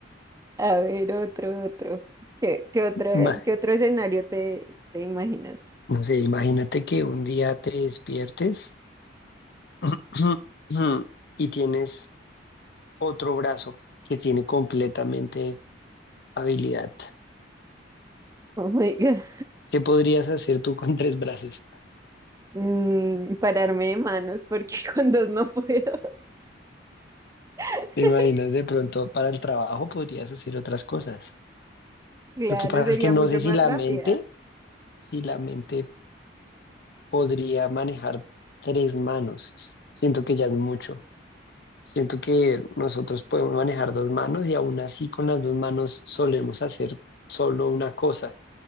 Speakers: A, on the right; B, on the left.
A: A ver, otro, otro. ¿Qué, qué otra,
B: Ma-
A: qué otro escenario te, te imaginas? <laughs>
B: no sé, imagínate que un día te despiertes <clears throat> y tienes otro brazo que tiene completamente habilidad.
A: Oh my God.
B: ¿Qué podrías hacer tú con tres brazos?
A: Mm, pararme de manos porque <laughs> con dos no puedo. <laughs>
B: ¿Te imaginas de pronto para el trabajo podrías hacer otras cosas?
A: Claro,
B: Lo que pasa
A: sería
B: es que no
A: mucho
B: sé si
A: más
B: la
A: rápida
B: mente, si la mente podría manejar tres manos. Siento que ya es mucho. Siento que nosotros podemos manejar dos manos y aún así con las dos manos solemos hacer solo una cosa.